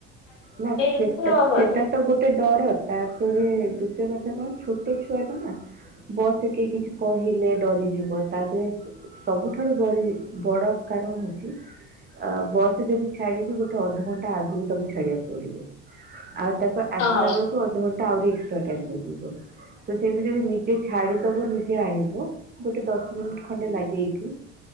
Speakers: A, on the right; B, on the left.
A: ନା ସେଟା
B: ଆସିବ ଆଉ ଗଲେ।
A: ସେଟା ତ ଗୋଟେ ଡର। ତାପରେ ଦ୍ଵିତୀୟ କଥା କଣ ଛୋଟ ଛୁଆ ଟା ନା ବସଠ କିଏ କିଛି କହିଲେ ଡରିଯିବ ତାଧିରେ ସବୁଠାରୁ ବଡ଼ ବଡ କାରଣ ହଉଚି ଆ ବସରେ ଯଦି ଛାଡିବି ଗୋଟେ ଅଧଘଣ୍ଟା ଆଗରୁ ତାକୁ ଛାଡିବାକୁ ପଡିବ ଆଉ ତାକୁ ଆସିଲା
B: ହଁ।
A: ବେଳକୁ ଅଧଘଣ୍ଟା ଆହୁରି ଏକ୍ସ୍ରା ଟାଇମ୍ ଲାଗିବ ତ ସେଠ ନିଜେ ଯ ଛାଡିଦବ ନିଜେ ଆଣିବ ଗୋଟେ ଦଶ ମିନିଟ ଖଣ୍ଡେ ଲାଗେଇକି